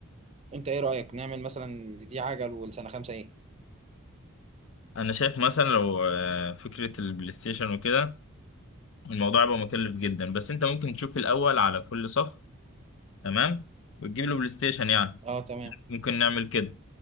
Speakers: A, on the right; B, on the left.
A: انت ايه رأيك نعمل مثلا دي عجل والسنة خمسة ايه
B: انا شايف مثلا لو آه، فكره البلاي ستيشن وكده الموضوع هيبقى مكلف جدا بس انت ممكن تشوف الاول على كل صف تمام وتجيب له بلاي ستيشن يعني
A: اه تمام
B: ممكن نعمل كده